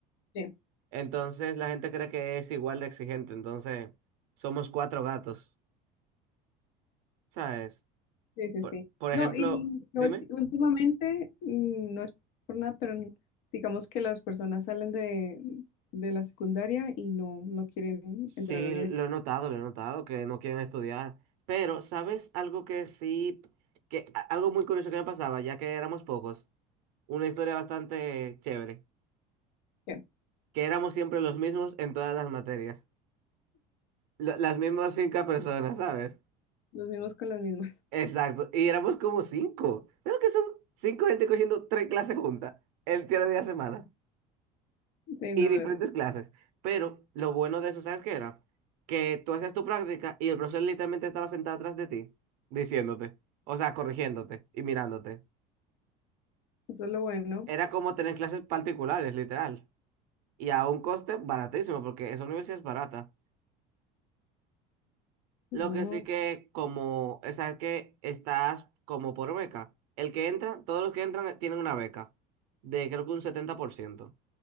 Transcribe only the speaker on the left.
Sí,
sí, sí.
sí.
No,
y no,
últimamente, mm, no es por nada, pero n- digamos que las personas salen de, de la secundaria y no, no quieren entrar
a la universidad.
Sí,
Los mismos con las mismas.
Sí,
no,
eso,
eso es lo bueno.
No.